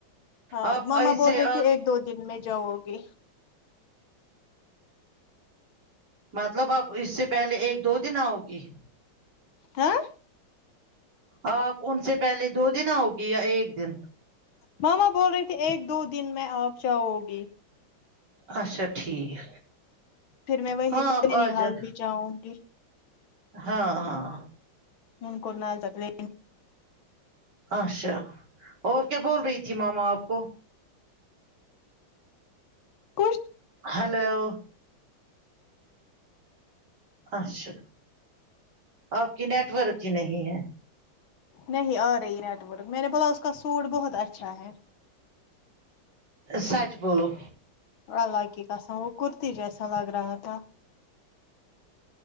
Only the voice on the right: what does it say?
آپ
ایسے
آگے
مطلب اپ اس سے پہلے ایک دو دن آؤ گی
آپ ان سے پہلے دو دن آؤگی یا ایک دن
اچھا ٹھیک
ہاں
آپ
آ جانا
ہاں ہاں
اچھا اور کیا بول رہی تھی ماما آپ کو
ہیلو اچھا آپ کی نیٹورک ہی نہیں ہے
سچ بولو